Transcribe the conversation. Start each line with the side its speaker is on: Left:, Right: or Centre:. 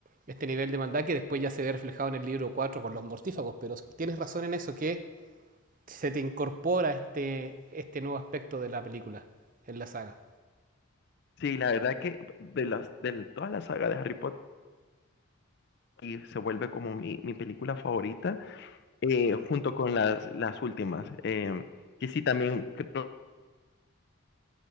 Right: este nivel de maldad que después ya se ve reflejado en el libro 4 con los mortífagos, pero tienes razón en eso que se te incorpora este, este nuevo aspecto de la película en la saga.
Left: Sí, la verdad que de las de toda la saga de Harry Potter y se vuelve como mi mi película favorita, eh, junto con las las últimas, em, que sí también creo,